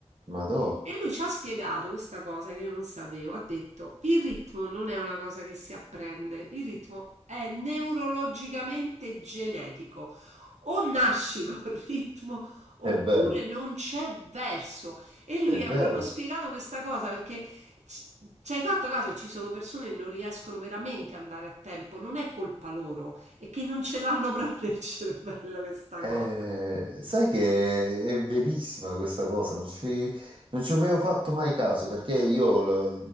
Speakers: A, on the right (about 50°); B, on the right (about 85°).
A: Madò,
B: E lui ci ha spiegato questa cosa che io non sapevo. Ha detto: il ritmo non è una cosa che si apprende, il ritmo è neurologicamente genetico. O nasci <laughs> col ritmo oppure
A: è vero,
B: non c'è verso. E lui
A: è vero.
B: ha proprio spiegato questa cosa perché ci ci hai fatto caso che ci sono persone che non riescono veramente ad andare a tempo, non è colpa loro, è che non ce l'hanno proprio nel cervello questa
A: Eh,
B: cosa.
A: sai che è verissima questa cosa, non ci, non ci avevo fatto mai caso perché io lo-